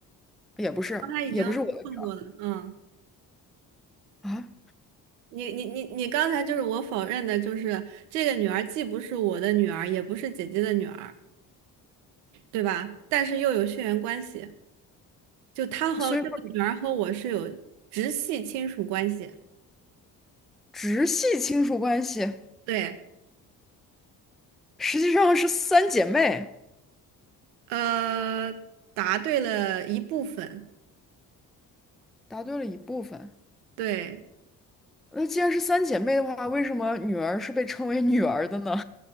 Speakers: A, in the centre; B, on the right.
A: 也不是，
B: 刚才已经问过了，
A: 也不是我的女
B: 嗯，
A: 儿啊。
B: 你你你你刚才就是我否认的，就是这个女儿既不是我的女儿，也不是姐姐的女儿，对吧？但是又有血缘关系，就她和这个女儿和我是有直系亲属关系。
A: 所以说，直系亲属关系
B: 对，
A: 实际上是三姐妹。
B: 呃，答对了一部分。
A: 答对了一部分。
B: 对，
A: 那既然是三姐妹的话，为什么女儿是被称为女儿的呢？